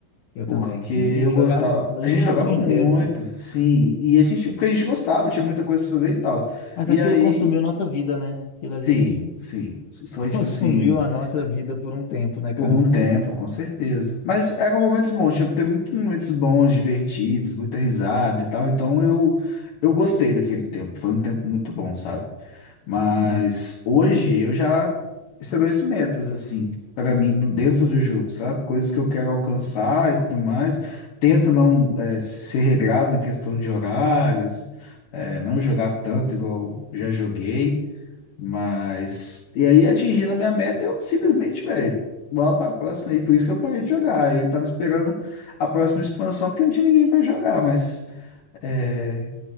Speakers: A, on the left; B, on the left.
A: Eu
B: Porque
A: também.
B: eu
A: A gente
B: gostava,
A: jogava, a
B: a
A: gente
B: gente
A: jogava
B: jogava
A: o dia
B: muito,
A: inteiro, pô.
B: sim, e a gente, porque a gente gostava, tinha muita coisa para fazer e tal.
A: Mas
B: E
A: aquilo
B: aí,
A: consumiu nossa vida, né? Aquilo ali
B: sim, sim, foi
A: <laughs>
B: tipo
A: consumiu
B: assim.
A: a nossa vida por um tempo, né, cara?
B: Por um tempo, com certeza. Mas eram momentos bons, tipo, teve muitos momentos bons, divertidos, muita risada e tal. Então eu, eu gostei daquele tempo. Foi um tempo muito bom, sabe? Mas
A: Sim.
B: hoje eu já estabeleço metas, assim, para mim, no- dentro do jogo, sabe? Coisas que eu quero alcançar e tudo mais. Tento não, eh, ser regrado em questão de horários, eh, não jogar tanto igual já joguei. Mas. E aí, atingindo a minha meta, eu simplesmente, velho, bola pra próxima aí. Por isso que eu parei de jogar. Eu tava esperando a próxima expansão, porque não tinha ninguém pra jogar. Mas. é,